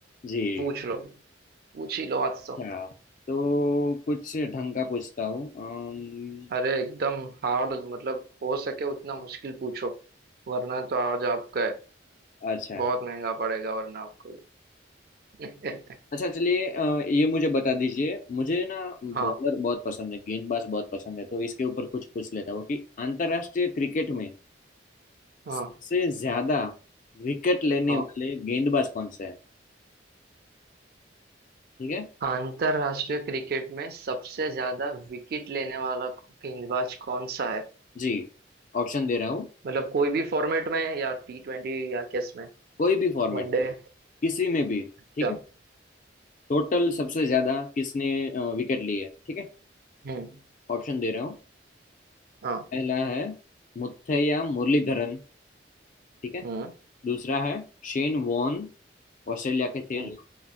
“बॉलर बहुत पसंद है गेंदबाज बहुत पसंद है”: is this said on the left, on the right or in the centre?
Left